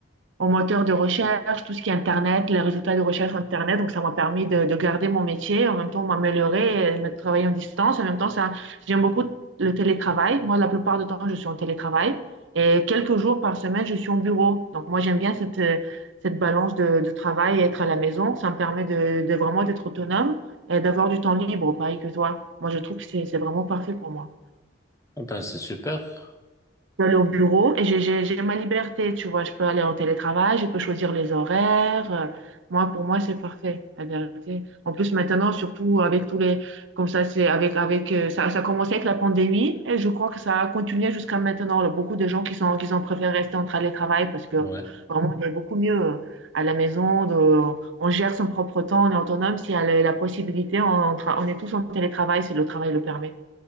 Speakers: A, on the right (about 70°); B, on the left (about 15°).
A: au moteur de recherche, tout ce qui est Internet, les résultats de recherche Internet. Donc, ça m'a permis de, de garder mon métier, en même temps m'améliorer, et me travailler en distance. En même temps, ça, j'aime beaucoup le télétravail. Moi, la plupart du temps, je suis en télétravail. Et quelques jours par semaine, je suis au bureau. Donc, moi, j'aime bien cette, euh, cette balance de, de travail et être à la maison. Ça me permet de, de vraiment d'être autonome et d'avoir du temps libre, pareil que toi. Moi, je trouve que c'est c'est vraiment parfait pour moi
B: ben, c'est super.
A: peux aller au bureau et j'ai j'ai- j'ai ma liberté, tu vois. Je peux aller en télétravail, je peux choisir les horaires. Euh, Moi, pour moi, c'est parfait, la vérité. En plus, maintenant, surtout avec tous les... Comme ça, c'est avec... avec euh, ça, ça a commencé avec la pandémie et je crois que ça a continué jusqu'à maintenant. Là, beaucoup de gens qui sont, qui ont préféré rester en télétravail parce que
B: Ouais.
A: vraiment, on est beaucoup mieux euh, à la maison. de- on gère son propre temps, on est autonome. S'il y a la, la possibilité, on, on tra- on est tous en télétravail si le travail le permet.